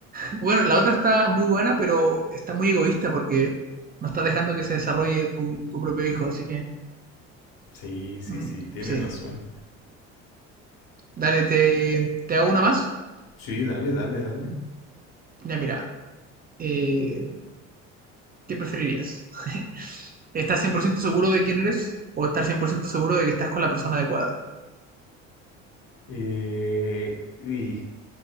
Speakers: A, on the right; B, on the left.
A: Bueno, la otra está muy buena, pero está muy egoísta porque no estás dejando que se desarrolle tu, tu propio hijo, así que
B: sí, sí,
A: mm,
B: sí, tienes
A: sí.
B: razón.
A: Dale, te, te hago una más.
B: Sí, dale, dale, dale.
A: Ya mira, eh, ¿Qué preferirías? <laughs> ¿Estar 100% seguro de quién eres o estar 100% seguro de que estás con la persona adecuada?
B: Eh, y